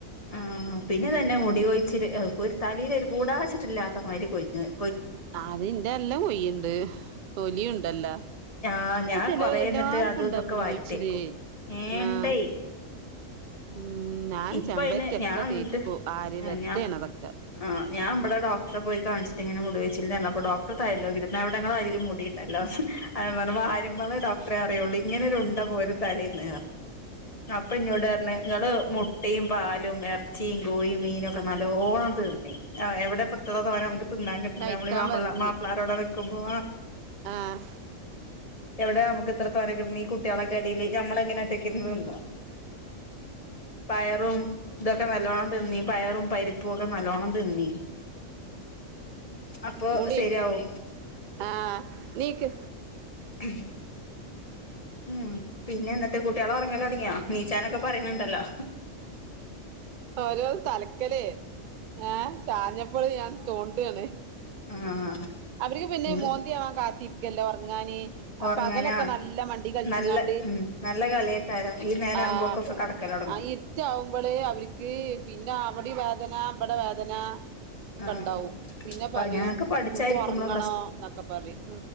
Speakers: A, on the left; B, on the right.
A: ആഹ് പിന്നെ
B: ഉം
A: ഇതന്നെ മുടി കൊഴിച്ചിൽ ഒരു തലയിൽ ഒരു പൂടാച്ചട്ടില്ലാത്ത മാതിരി കൊയ്ഞ്ഞോയ്
B: അത് ഇന്റെ എല്ലാം കൊയിണ്ട് തൊലിയുണ്ടല്ലോ
A: ആ ഞാൻ
B: അത് ചെലോ
A: കൊറന്നിട്ട്
B: എല്ലാർക്കും
A: അതും
B: ഉണ്ടാ
A: ഇതൊക്കെ
B: മുടി
A: വാരിത്തേക്കും
B: കൊഴിച്ചില്
A: ഏ
B: ആഹ്
A: ഇണ്ടേ <inaudible>
B: ഉം ഞാൻ
A: ഇപ്പ
B: ചെമ്പരത്തിയൊക്കെ
A: അയിന് ഞാൻ എന്നിട്ട്
B: തേക്കൂം ആരി വെറുതെയണതൊക്കെ
A: ഞാൻ ആ ഞൻ നമ്മടെ ഡോക്റെ പോയി കാണിച്ചിട്ട് ഇങ്ങനെ മു ഡോക്ടർ തല്ല നോക്കിയിട്ട് എവിടെ ഇങ്ങളെ തലയിൽ മുടിയിണ്ടല്ലോ അപ്പൊ ഞാന്‍ പറഞ്ഞ് വാരുമ്പോള് ഡോക്ടറെ അറിയൊള്ളു ഇങ്ങനെരു ഉണ്ട പോരും തലേന്ന് അപ്പൊ ഇന്നോട് പറഞ്ഞ് ഇങ്ങള് മു മുട്ടയും പാലും ഇറച്ചിയും കോഴിയും മീനും ഒക്കെ നല്ലോണം തിന്നി ആ എവിടെ ഇപ്പത്ര തോന്നാ നമുക്ക് തിന്നാന്‍ കിട്ടുന്നെ
B: കഴിക്കാൻ
A: നമ്മൾ മാപ്പി
B: പറഞ്ഞ്
A: മാപ്പിളാരോടെ നിൽക്കുമ്പോ
B: ആഹ്
A: എവിടെയാ നമുക്ക് ഇത്ര തോന്നേ കിട്ടുന്നെ ഈ കുട്ടികളൊക്കെ ഇടയിൽ ഞമ്മളെങ്ങെനെ ഒറ്റക്കിരുന്ന് തിന്നോ പയറും ഇതൊക്കെ നല്ലവോണം തിന്നി പയറും പരിപ്പും ഒക്കെ നല്ലവണ്ണം തിന്നി അപ്പൊ
B: മൂടിവക്ക്
A: ശരിയാവും
B: ആഹ നീക്ക്
A: ഉം ഉം പിന്നെ എന്നിട്ട് കുട്ടികൾ ഉറങ്ങല് തുടങ്ങിയോ നീചാനൊക്കെ പറയുന്നുണ്ടല്ലോ
B: ഓരോ തലക്കലേ ഏഹ ചാഞ്ഞപ്പള് ഞാൻ തോണ്ടാണ്
A: ആഹ്
B: അവർക്ക് പിന്നെ
A: ഇനി
B: മോന്തിയാവാൻ കാത്തിരിക്കല്ലേ ഉറങ്ങാന് ആ
A: ഉറങ്ങാനാ
B: പകലൊക്കെ നല്ല മണ്ടി കളിച്ചിങ്ങാണ്ട്
A: നല്ല ഉം നല്ല കളിയക്കാരം ഈ നേരം
B: ആഹ
A: ആകുമ്പോക്കൊക്കെ കടക്കല് തുടങ്ങും
B: ആ ഇരിട്ടാവുമ്പോള് അവർക്ക് പിന്നെ അവിടെ വേദന ഇവിടെ വേദന ഒക്കെണ്ടാവും
A: ആഹ്
B: പിന്നെ
A: അപ്പ
B: പറയും
A: ഞങ്ങക്ക് പഠിച്ചായിരിക്കുമ്പോളാ
B: ഇന്‍ക്ക് ഉറങ്ങണം എന്നൊക്കെ പറയും